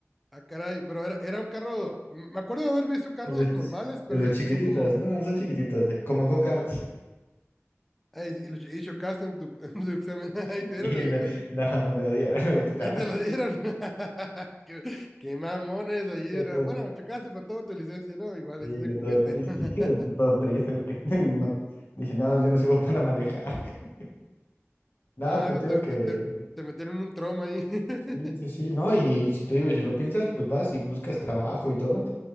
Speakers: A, in the centre; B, on the left.
A: Ah, caray, pero era, era un carro, me acuerdo de haber visto carros
B: De los,
A: normales,
B: de
A: pero
B: los
A: esos
B: chiquititos,
A: que son como,
B: no, son
A: sí,
B: chiquititos, de- como go-karts. <laughs>
A: Ay, y lo- y chocaste en tu, <laughs> en tu examen. <laughs> Ay,
B: Sí,
A: te dieron el,
B: me-
A: el-
B: no, no me la dieron, <laughs> me la quitaron.
A: ah, te la dieron. <laughs> Qué, qué mamones ahí
B: <laughs>
A: era. Bueno, chocaste para todo tu licencia, ¿no? Igual,
B: Sí,
A: ese es de
B: yo
A: juguete.
B: todo triste,
A: <laughs>
B: <laughs> todo triste, porque <laughs> no, dije, no, yo no sirvo para manejar. <laughs> nada
A: No,
B: pero
A: eso
B: te
A: te,
B: digo que,
A: te, te, te metieron un trauma ahí. <laughs>
B: sí, sí, sí, no, y si te digo, y si lo piensas, pues vas y buscas trabajo y todo.